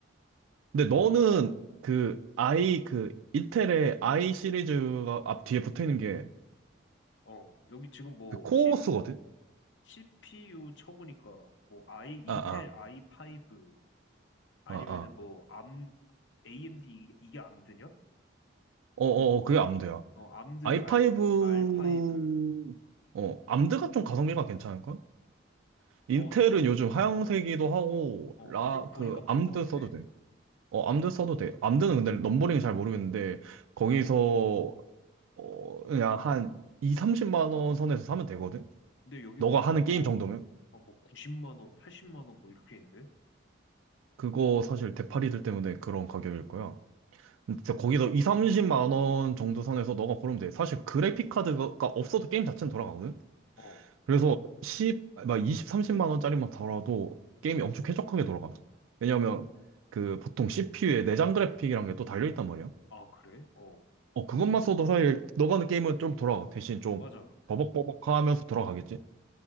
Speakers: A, on the right; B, on the left.
A: 근데 너는 그 i 그 이텔의 i 시리즈가 앞 뒤에 붙어 있는 게
B: 어, 여기 지금 뭐,
A: 그 코어스거든?
B: C, CPU 쳐보니까, 뭐, i, 인텔
A: 아, 아,
B: i5, 아니면은
A: 아, 아.
B: 뭐, 암, AMD, 이- 이게 암드냐?
A: 어, 어, 어, 그게 암드야.
B: 어, 암드
A: i5
B: R, R5.
A: 어, 암드가 좀 가성비가 괜찮을걸? 인텔은
B: 어, 가,
A: 요즘 하향세기도 하고
B: 어,
A: 라
B: 가격 보니까
A: 그
B: 그런
A: 암드
B: 것 같아.
A: 써도 돼. 어, 암드 써도 돼. 암드는 근데 넘버링이 잘 모르겠는데 거기서
B: 어.
A: 어 그냥 한 2, 30만 원 선에서 사면 되거든.
B: 근데 여기
A: 너가
B: 보니까
A: 하는
B: 뭐,
A: 게임 정도면
B: 아, 뭐, 90만 원, 80만 원, 뭐, 이렇게 있는데?
A: 그거 사실 대파리들 때문에 그런 가격일 거야. 진짜 거기서 2, 30만 원 정도 선에서 너가 고르면 돼. 사실 그래픽 카드가 없어도 게임 자체는 돌아가거든.
B: 어.
A: 그래서 10, 막 20, 30만 원짜리만 달아도 게임이 엄청 쾌적하게 돌아가. 왜냐면 그 보통 CPU에 내장 그래픽이란 게 또 달려있단 말이야.
B: 아, 그래? 어.
A: 어, 그것만 써도 사실 너가 하는 게임은 좀 돌아가. 대신 좀
B: 맞아.
A: 버벅버벅하면서 돌아가겠지.